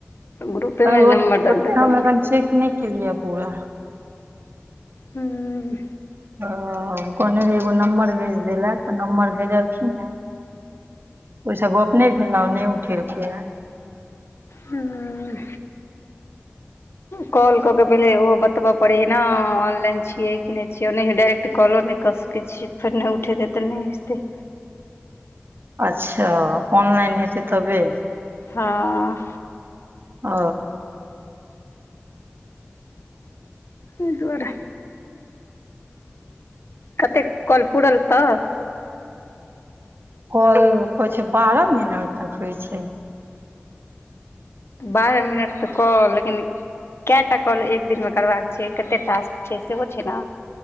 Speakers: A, on the left; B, on the right.
A: ग्रुपे
B: अभि
A: मे नम्बर
B: ओत
A: दर
B: ओते
A: देखलियै
B: हम एखन चेक नै। केलियै ये पूरा।
A: हूँ।
B: ओ कहने रहियै एगो नम्बर भेज देै लेए तऽ नम्बर भेजलखिन हेँ। ओय सँ गप्प नै भेल आ नै उठेलकैये।
A: हुम्म। कॉल क क पहिले ओ बतबऽ पड़ै है न? ऑनलाइन छियै केने छियै, ओनाहियो डाइरेक्ट कॉलो नैय कऽ सकै छियै, फेर नैय उठेतै तऽ नैय हेतै।
B: अच्छा ऑनलाइन हेतै तबे?
A: हँ।
B: ओ।
A: तैई दुआरे। कतेक कॉल पुड़ल तऽ?
B: कॉल कहै छै बारऽ मिनट तक होइ छै।
A: बारहे मिनट तऽ कॉल लेकिन कैऽ टा कॉल एक दिन में करबाक छै? कते टास्क छै? सेहो छै ना।